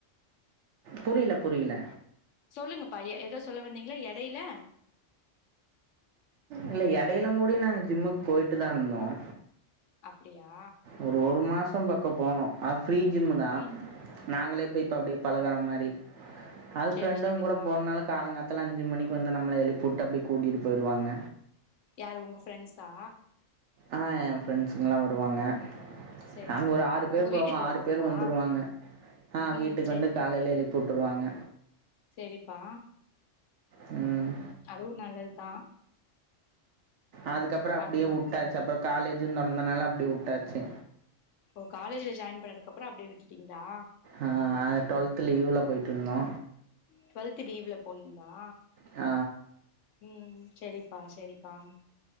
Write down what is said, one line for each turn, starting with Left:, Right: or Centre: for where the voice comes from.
Right: புரியல புரியல
Left: சொல்லுங்கப்பா ஏ ஏதோ சொல்ல வந்தீங்கள எடையில
Right: இல்ல எடையிலம் கூடி நாங்க ஜிம்முக்கு போயிட்டு தான் இருந்தோம்
Left: அப்படியா
Right: ஒரு ஒரு மாசம் பக்கம் போனோம் அனா ஃப்ரீ ஜிம்மு தான்
Left: ம்
Right: நாங்களே போய் இப்ப அப்படியே பழகற மாரி அது
Left: செரி
Right: ஃப்ரெண்டுங்க
Left: செரிப்பா
Right: கூட போறதுனால காலங்காத் தால அஞ்சு மணிக்கு வந்து நம்மள எழுப்புட்டு அப்டியே கூட்டிட்டு போய்ருவாங்க
Left: யாரு உங்க ஃப்ரெண்ட்ஸா
Right: ஆ என் ஃப்ரெண்ட்ஸ்ங்கலா வருவாங்க
Left: செரி
Right: நாங்க
Left: செரிப்பா
Right: ஒரு ஆறு பேர்
Left: உங்க
Right: போவோ
Left: வீட்டுக்கு வருவாங்களா
Right: ஆறு பேர் வந்துருவாங்க ஆ
Left: ம்
Right: வீட்டுக்கு வந்து காலைல எழுப்பி வுட்ருவாங்க
Left: சேரிப்பா
Right: ம்
Left: அதுவு நல்லதுதா
Right: அதுக்கப்றோ அப்டியே
Left: அதுதா
Right: வுட்டாச்சு அப்றோ காலேஜு தொறந்தனால அப்டியே வுட்டாச்சு
Left: ஓ காலேஜ்ல ஜாயின் பண்ணதுக்கு அப்றோ அப்டியே விட்டுட்டீங்களா
Right: ஆ டுவல்த்து லீவ்ல போய்ட்டு இருந்தோ
Left: டு்வெல்த் லீவ்ல போனீங்களா
Right: ஆ
Left: உம் சேரிப்பா சேரிப்பா